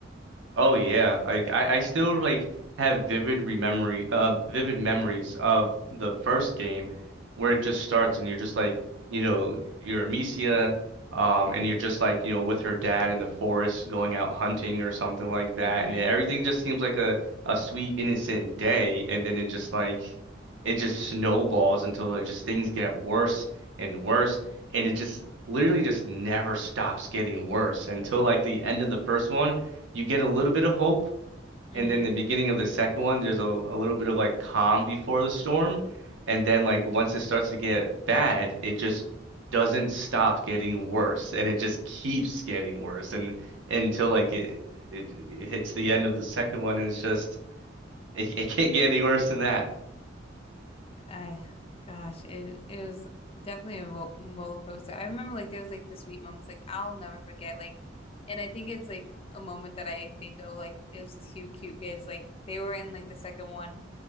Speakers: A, on the right; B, on the left.
A: Oh yeah, like I, I still like have vivid rememory, uh, vivid memories of the first game where it just starts and you're just like, you know, you're Amicia, um, and you're just like, you know, with her dad in the forest going out hunting or something like that,
B: Mm-hmm.
A: and then everything just seems like a a sweet innocent day, and then it just like, it just snowballs until it just things get worse and worse, and it just literally just never stops getting worse until like the end of the first one you get a little bit of hope,
B: Mm-hmm.
A: and then the beginning of the second one, there's a, a little bit of like calm before the storm, and then like once it starts to get bad, it just doesn't stop getting worse, and it just keeps getting worse, and until like it it, it hits the end of the second one, and it's just it, it can't get any worse than that.
B: I, gosh, it it was definitely a ro roller coaster. I remember like there was like the sweet moments like I'll never forget like, and I think it's like a moment that I think of like it was two cute kids like they were in like the second one.